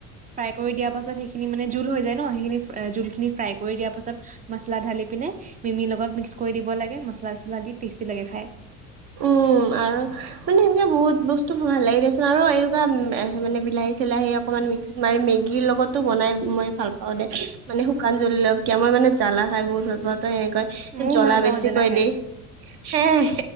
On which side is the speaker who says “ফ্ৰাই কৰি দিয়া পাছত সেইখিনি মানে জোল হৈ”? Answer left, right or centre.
Right